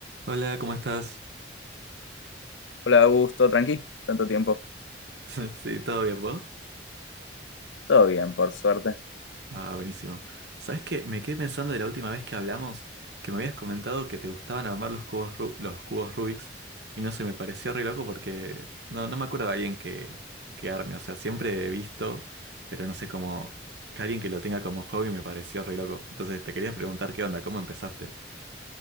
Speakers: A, on the right; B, on the left.
A: Hola, ¿cómo estás?
B: Hola, Augusto, tranqui, tanto tiempo.
A: <laughs> Sí, ¿todo bien vos?
B: Todo bien, por suerte.
A: Ah, buenísimo. ¿Sabes qué? Me quedé pensando de la última vez que hablamos que me habías comentado que te gustaban armar los cubos, Ru- los cubos Rubik's y no sé, me pareció re loco porque no, no me acuerdo de alguien que, que arme. O sea, siempre he visto, pero no sé cómo que alguien que lo tenga como hobby me pareció re loco. Entonces te quería preguntar qué onda, cómo empezaste.